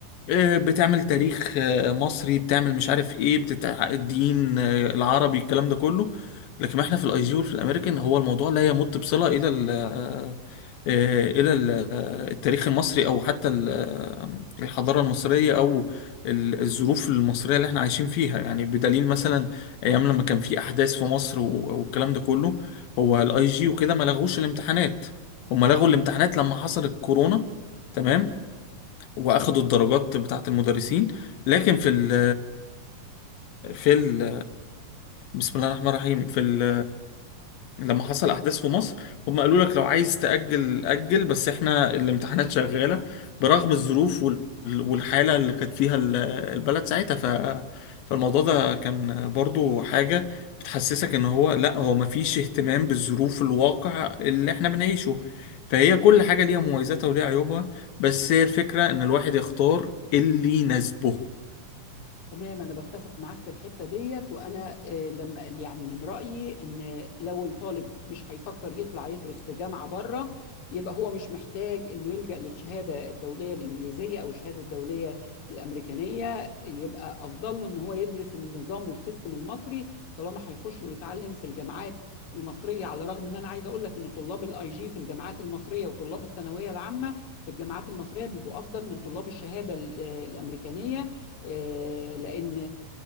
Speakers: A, on the left (about 80°); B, on the left (about 55°).
A: آه، بتعمل تاريخ آه، مصري بتعمل مش عارف ايه بتتع الدين آه، العربي الكلام ده كله لكن ما احنا في الاي جي وفي الامريكان هو الموضوع لا يمت بصلة الى ال آه، آه، الى ال- آه، التاريخ المصري او حتى ال- آه، الحضارة المصرية او ال- الظروف المصرية اللي احنا عايشين فيها يعني بدليل مثلا ايام لما كان في احداث في مصر و- والكلام ده كله هو الاي جي وكده ما لغوش الامتحانات هم لغوا الامتحانات لما حصل الكورونا تمام واخدوا الدرجات بتاعت المدرسين لكن في ال في ال بسم الله الرحمن الرحيم في ال لما حصل احداث في مصر هم قالوا لك لو عايز تأجل أجل بس احنا الامتحانات شغالة برغم الظروف وال- والحالة اللي كانت فيها ال- البلد ساعتها ف فالموضوع ده كان برضو حاجة بتحسسك ان هو لا هو مفيش اهتمام بالظروف الواقع اللي احنا بنعيشه فهي كل حاجة ليها مميزاتها وليها عيوبها بس هي الفكرة ان الواحد يختار اللي يناسبه
B: تمام أنا بتفق معاك في الحتة ديت وأنا آه، لما يعني من رأيي إن لو الطالب مش هيفكر يطلع يدرس في جامعة بره يبقى هو مش محتاج إنه يلجأ للشهادة الدولية الإنجليزية أو الشهادة الدولية الأمريكانية يبقى أفضل له إن هو يدرس النظام والسيستم المصري طالما هيخش ويتعلم في الجامعات المصرية على الرغم إن أنا عايز أقول لك إن طلاب الأي جي في الجامعات المصرية وطلاب الثانوية العامة في الجامعات المصرية بيبقوا أفضل من طلاب الشهادة ال- آه، الأمريكانية آه، لان